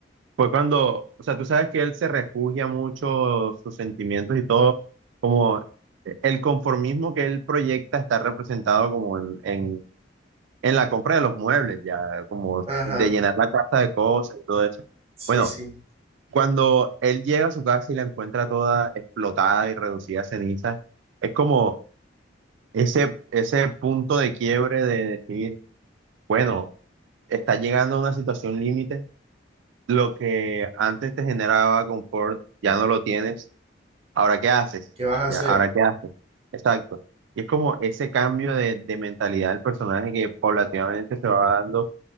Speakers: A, on the right (about 75°); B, on the right (about 30°).
A: Fue cuando, o sea, tú sabes que él se refugia mucho sus sentimientos y todo, como el conformismo que él proyecta está representado como en, en, en la compra de los muebles, ya, como
B: Ajá,
A: de llenar la casa de cosas y todo eso.
B: sí,
A: Bueno,
B: sí.
A: cuando él llega a su casa y la encuentra toda explotada y reducida a cenizas, es como ese, ese punto de quiebre de decir Bueno, está llegando a una situación límite. Lo que antes te generaba confort, ya no lo tienes. Ahora, ¿qué haces?
B: ¿Qué vas a hacer?
A: Ya, ¿ahora qué haces? Exacto. Y es como ese cambio de, de mentalidad del personaje que paulatinamente se va dando,